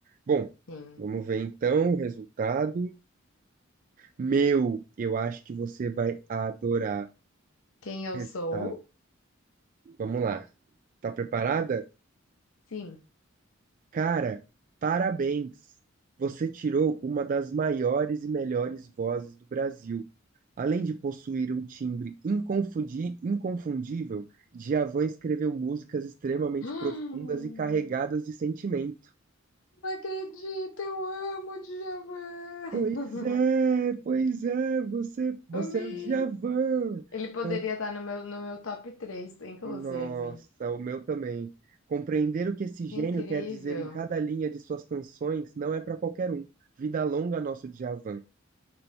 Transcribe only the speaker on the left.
Sim.
Quem eu
sou?
Sim.
<gasps> Não
acredito, eu amo o Djavan.
<laughs>
Amei.
Ele poderia
estar no meu, no meu top 3, inclusive.
Que incrível.